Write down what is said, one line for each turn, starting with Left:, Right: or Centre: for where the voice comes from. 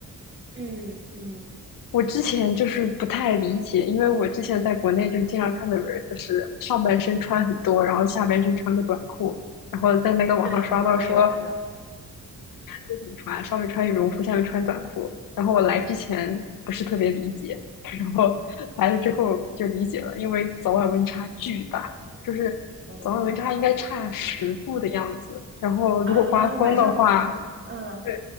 Right: 嗯嗯，
Left: 我之前就是不太理解，因为我之前在国内就是经常看到有人就是上半身穿很多，然后下半身穿个短裤，然后在那个网上刷到说
Right: 对对，我也有看到。
Left: 我有警察，上面穿羽绒服，下面穿短裤。然后我来之前不是特别理解，然后 <laughs> 来了之后就理解了，因为早晚温差巨大，就是早晚温差应该差十度的样子。
Right: 哦
Left: 然后如果刮风的话，
Right: 啊，晚上，嗯，
Left: 对，